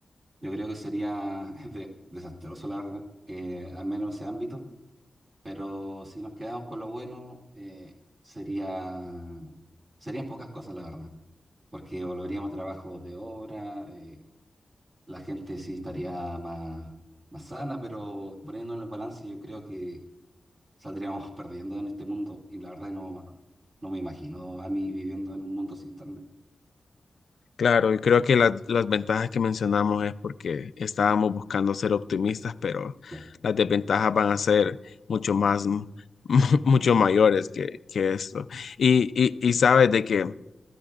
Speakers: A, on the right; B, on the left.
A: yo creo que sería <laughs> de- desastroso, la verdad, eh, al menos en ese ámbito. Pero si nos quedamos con lo bueno, eh, sería, serían pocas cosas, la verdad. porque volveríamos a trabajos de obra, eh, la gente sí estaría más, más sana, pero poniendo en el balance yo creo que saldríamos <laughs> perdiendo en este mundo y la verdad no, no, no me imagino a mí viviendo en un mundo sin internet.
B: Claro, y creo que la- las ventajas que mencionamos es porque estábamos buscando ser optimistas, pero
A: Claro.
B: las desventajas van a ser mucho más, m- <laughs> mucho mayores que, que esto. Y, y, y sabes de que